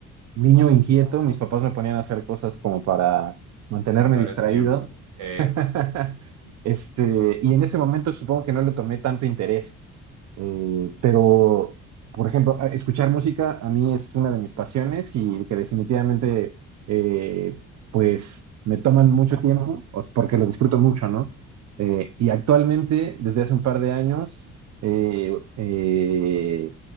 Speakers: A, on the right; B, on the right.
A: niño inquieto, mis papás me ponían a hacer cosas como para mantenerme
B: Matar
A: distraído.
B: el tiempo. Epa,
A: <laughs> Este, y en ese momento supongo que no le tomé tanto interés. Eh, pero, por ejemplo, a- escuchar música a mí es una de mis pasiones y que definitivamente, eh, pues, me toman mucho tiempo, o sea, porque lo disfruto mucho, ¿no? Eh, y actualmente, desde hace un par de años eh, eh,